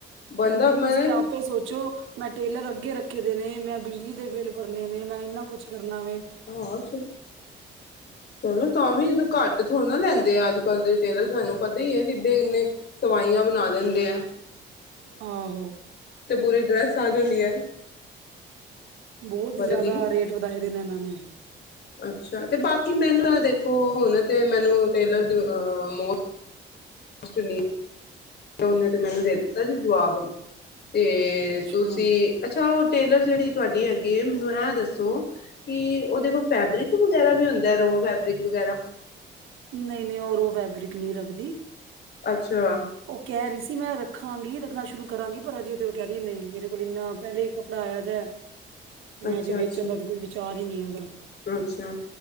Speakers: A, on the left (about 55°); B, on the right (about 80°).
A: ਬੰਦਾ
B: ਕਹਿੰਦੀ
A: ਮੈਂ
B: ਤੁਸੀਂ ਆਪੇ ਸੋਚੋ ਮੈਂ ਟੇਲਰ ਅੱਗੇ ਰੱਖੇ ਦੇ ਨੇ ਮੈਂ ਬਿਜਲੀ ਦੇ ਬਿੱਲ ਭਰਨੇ ਨੇ ਮੈਂ ਇਨਾ ਕੁਛ ਕਰਨਾ ਵੈ।
A: ਹਾਂ ਅੱਛਾ, ਚਲੋ ਤਾਂ ਵੀ ਘੱਟ ਥੋੜ੍ਹਾ ਨਾ ਲੈਂਦੇ ਆ ਅੱਜ ਕੱਲ੍ਹ ਦੇ ਟੇਲਰ ਤੁਹਾਨੂੰ ਪਤਾ ਹੀ ਹੈ ਕਿੱਡੇ ਕਿੰਨੇ ਸਵਾਈਆਂ ਬਣਾ ਲੈਂਦੇ ਆ।
B: ਆਹੋ,
A: ਅਤੇ ਪੂਰੀ ਡਰੈੱਸ ਸਾਂਝ ਹੁੰਦੀ ਐ।
B: ਬਹੁਤ ਜਿਆਦਾ
A: ਦੀ
B: ਰੇਟ ਵਧਾਏ ਦੇ ਨੇ ਇਹਨਾਂ ਨੇ।
A: ਅੱਛਾ, ਤੇ ਬਾਕੀ ਮੈਨੂੰ ਦੇਖੋ ਹੁਣ ਤੇ ਮੈਨੂੰ ਟੇਲਰ ਦੀ ਅ <unintelligible> ਉਹਨੇ ਤੇ ਮੈਨੂੰ ਦੇ ਦਿੱਤਾ ਜੀ ਜਵਾਬ ਤੇ
B: ਅੱਛਾ
A: ਤੁਸੀਂ ਅੱਛਾ, ਉਹ ਟੇਲਰ ਜਿਹੜੀ ਤੁਹਾਡੀ ਹੈਗੀ ਐ ਮੈਨੂੰ ਐ ਦੱਸੋ ਕਿ ਉਹਦੇ ਕੋਲ ਫੈਬਰਿਕ ਵਗੈਰਾ ਵੀ ਹੁੰਦਾ ਰੋ ਫੈਬਰਿਕ ਵਗੈਰਾ।
B: ਨਹੀਂ ਨਹੀਂ, ਓ ਰੋਹ ਫੈਬਰਿਕ ਨਹੀਂ ਰੱਖਦੀ।
A: ਅੱਛਾ,
B: ਉਹ ਕਹਿ ਰਹੀ ਸੀ ਮੈਂ ਰੱਖਾਂਗੀ ਰੱਖਣਾ ਸ਼ੁਰੂ ਕਰਾਂਗੀ ਪਰ ਅਜੇ ਤੇ ਉਹ ਕਹਿ ਰਹੀਏ ਨਹੀਂ ਮੇਰੇ ਕੋਲ ਇੰਨਾ ਪਹਿਲੇ ਹੀ ਕੱਪੜਾ ਆਇਆ ਦਾ।
A: <unintelligible>
B: ਤੇ
A: ਅੱਛਾ
B: ਅਜੇ ਵੇਚਣ
A: ਅੱਛਾ
B: ਦਾ ਤੇ ਕੋਈ ਵਿਚਾਰ ਹੀ ਨੀ ਉਹਦਾ।
A: ਅੱਛਾ